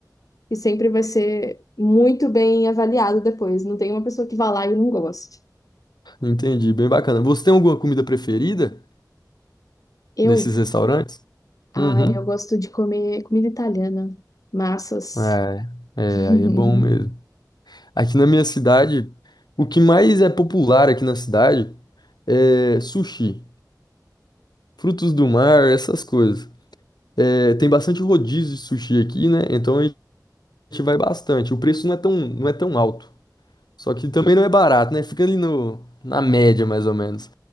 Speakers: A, on the left; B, on the left.
A: e sempre vai ser muito bem avaliado depois. Não tem uma pessoa que vá lá e não goste.
B: Entendi, bem bacana. Você tem alguma comida preferida
A: Eu
B: nesses restaurantes?
A: Ah,
B: Uhum.
A: eu gosto de comer comida italiana, massas.
B: É, é,
A: <laughs>
B: aí é bom mesmo. Aqui na minha cidade, o que mais é popular aqui na cidade é sushi, frutos do mar, essas coisas. É, tem bastante rodízio de sushi aqui, né? Então a gente vai bastante. O preço não é tão, não é tão alto. Só que também não é barato, né? Fica ali no, na média, mais ou menos.